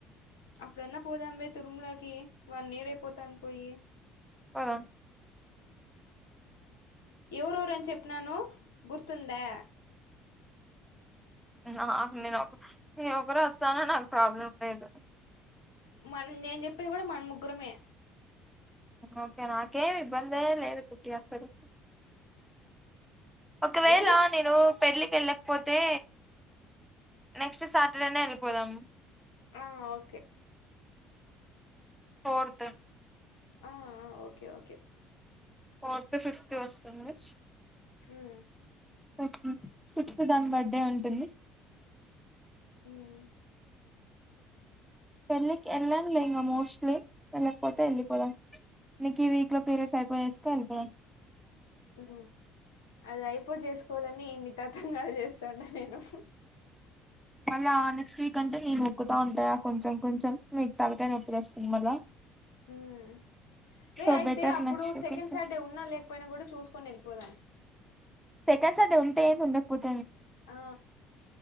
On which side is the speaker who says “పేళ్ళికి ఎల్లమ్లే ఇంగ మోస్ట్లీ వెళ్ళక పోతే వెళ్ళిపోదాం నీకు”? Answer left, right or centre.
Centre